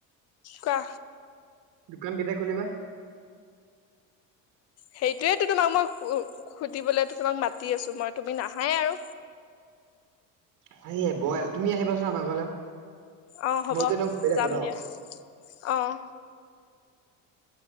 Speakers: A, on the left; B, on the right.
A: কোৱা
B: দোকান কেতিয়া খোলিবা
A: সেইটোয়েতো তোমাক মই উ সুধিবলেতো তোমাক মাতি আছো মই তুমি নাহায়ে আৰু
B: সেয়ে বইল তুমি আহিবাচোন আমাৰ ঘৰলে
A: অঁ হ'ব
B: মইতো এনেও গৈ থাকো
A: যাম
B: ন'
A: দিয়া অহ।